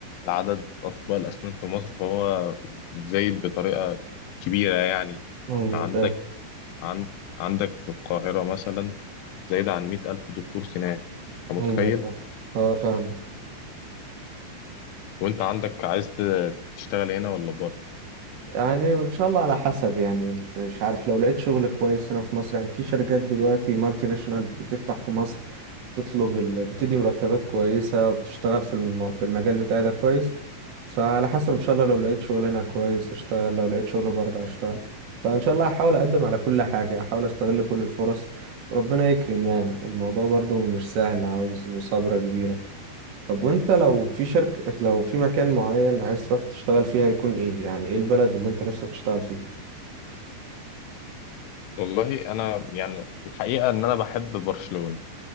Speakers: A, on the left; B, on the right.
A: عدد أطباء الأسنان في مصر فهو زايد بطريقة كبيرة يعني
B: ايوه
A: عندك
B: فاهم
A: عند عندك في القاهرة مثلا زايد عن مئة ألف دكتور سنان أنت متخيل؟
B: ايوه فاهم اه فاهم
A: وأنت عندك عايز ت- تشتغل هنا ولا بره؟
B: يعني ان شاء الله على حسب يعني مش عارف لو لقيت شغل كويس هنا في مصر يعني في شركات دلوقتي مالتي ناشونال بتفتح في مصر بتطلب ال... بتدي مرتبات كويسة وبتشتغل في الم... في المجال بتاعي ده كويس فعلى حسب ان شاء الله لو لقيت شغل هنا كويس اشتغل لو لقيت شغل بره اشتغل فان شاء الله هحاول اقدم على كل حاجة هحاول استغل كل الفرص وربنا يكرم يعني الموضوع برضو مش سهل عاوز مثابرة كبيرة طب وانت لو في شركة لو في مكان معين عايز تروح تشتغل فيه هيكون ايه يعني ايه البلد اللي انت نفسك تشتغل فيها
A: والله أنا يعني الحقيقة إن أنا بحب برشلونة